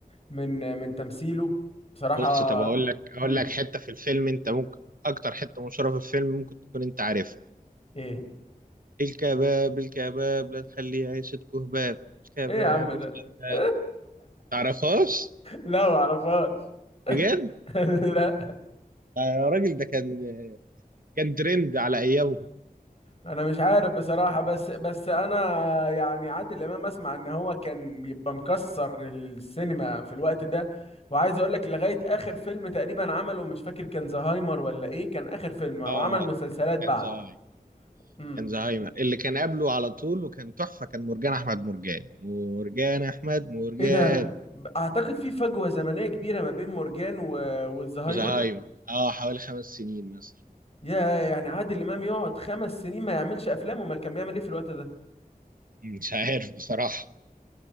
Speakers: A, on the left; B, on the right.
A: من من تمثيله بصراحة
B: بص طب اقول لك اقول
A: مم.
B: لك حته في الفيلم انت ممكن اكتر حته مشهوره في الفيلم ممكن تكون انت عارفها
A: ايه
B: الكباب الكباب لا تخليه عيشة كهباب الكباب
A: ايه يا عم ده
B: الكباب
A: <laughs>
B: تعرفهاش
A: لا ما اعرفهاش
B: بجد
A: <laughs> لا
B: آه يا راجل ده كان كان ترند على ايامه
A: انا مش عارف بصراحة بس بس انا يعني عادل امام اسمع ان هو كان بيبقى مكسر السينما في الوقت ده وعايز اقول لك لغاية اخر فيلم تقريبا عمله مش فاكر كان زهايمر ولا ايه كان اخر فيلم وعمل
B: اه
A: مسلسلات بعده
B: كان زهايمر
A: امم
B: كان زهايمر اللي كان قبله على طول وكان تحفه كان مرجان احمد مرجان مرجان احمد مرجان
A: ايه ده اعتقد في فجوة زمنية كبيرة ما بين مرجان و... والزهايمر
B: وزهايمر اه حوالي خمس سنين مثلا
A: يا يعني عادل امام يقعد خمس سنين ما يعملش افلام امال كان بيعمل ايه في الوقت ده
B: مش عارف بصراحه